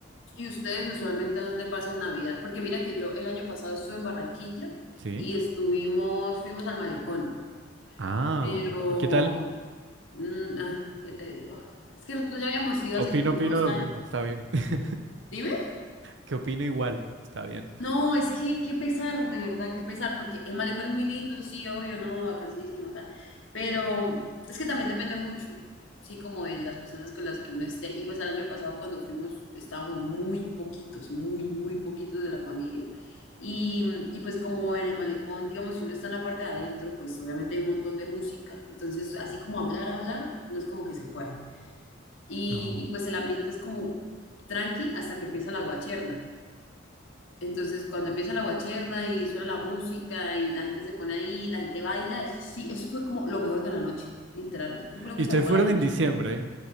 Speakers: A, on the left; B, on the right.
A: ¿Y ustedes usualmente a dónde pasan Navidad? Porque mira que yo el año pasado estuve en Barranquilla
B: Sí.
A: y estuvimos, fuimos al Malecón.
B: Ah,
A: Pero,
B: ¿y qué tal?
A: mm, ay, ¿qué te digo? Es que nosotros ya habíamos ido
B: Opino,
A: hace como
B: opino
A: dos
B: lo
A: años.
B: mismo, está bien. <laughs>
A: Dime.
B: Que opino igual, está bien.
A: No, es que qué pesar, de verdad, qué pesar, porque el malecón es muy lindo, sí, obvio, no, vacancísimo, tal. Pero es que también depende mucho, sí, como de las personas con las que uno esté. Y pues el año pasado cuando fuimos estábamos muy poquitos, muy, muy poquitos de la familia. Y, y pues como en el malecón, digamos, si uno está en la parte de adentro, pues obviamente hay un montón de música. Entonces, así como hablar, hablar, no es como que se pueda. Y,
B: No.
A: y pues el ambiente es como tranqui hasta que empieza la guacherna. Entonces, cuando empieza la guacherna y suena la música y la gente se pone ahí, la gente baila, eso sí, eso fue como lo mejor de la noche, literal. Eso fue lo
B: Y
A: que
B: ustedes
A: salvó
B: fueron
A: la noche.
B: en diciembre.